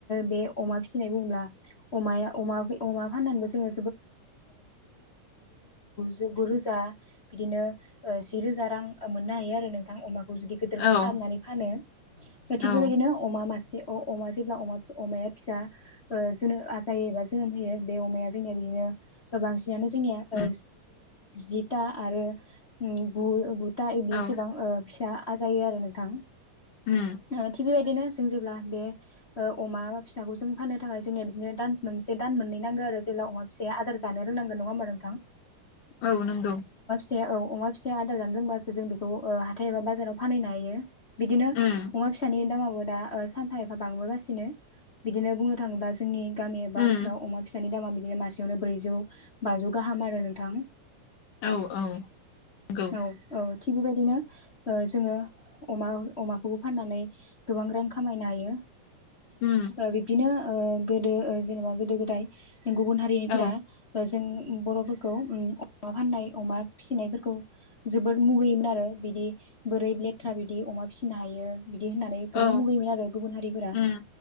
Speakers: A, on the left; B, on the left.
A: बे अमा फिसिनाय बुङोब्ला अमा फाननानैबो जोङो जिगु रोजा बिदिनो जि रोजा रां मोननो हायो आरो नोंथां अमाखौ जुदि गिदिर
B: औ
A: खालामनानै फानो
B: औ
A: थिक बेबायदिनो अमा मासे अमा जेब्ला अमाया फिसा जोनोम आजायो एबा जोनोम होयो बे अमाया जोंनिया बिदिनो बांसिनानो जोंनिया
B: उम
A: जिथा आरो गु दा बिसेबां
B: औ
A: फिसा आजायो आरो नोंथां
B: उम
A: थिग बेबायदिनो जों जेब्ला बे अमा फिसाखौ जों फाननो थाखाय जोंनिया बिदिनो दान मोनसे दान मोननै नांगौ आरो जेब्ला अमा फिसाया आदार जानो रोंनांगोन नङा होमबा नोंथां
B: औ नंगौ
A: फि औ अमा फिसाया आदार जानो रोंबासो जों बेखौ हाथाय एबा बाजाराव फानहैनो हायो बिदिनो
B: उम
A: अमा फिसानि दामाबो दा सानफा एफा बांबोगासिनो बिदिनो बुंनो थाङोबा जोंनि गामि एबा
B: उम
A: ओनसोलाव अमा फिसानि दामा बिदिनो मासेयावनो ब्रैजौ, बाजौ गाहाम आरो नोंथां
B: औ - औ नंगौ
A: औ- औ थिग बेबायदिनो जोङो अमा अमाखौबो फाननानै गोबां रां खामायनो हायो
B: उम
A: बिब्दिनो गोदो जेनेबा गोदो - गोदाय नाथाय गुबुन हारिनिफोरा
B: औ
A: जों बर'फोरखौ अमा फाननाय अमा फिसिनायफोरखौ जोबोद मुगैयोमोन आरो बिदि बोरै लेथ्रा बिदि बि अमा फिसिनो हायो बिदि होननानै गोबां
B: औ
A: मुगैयोमोन आरो गुबुन हारिफोरा
B: उम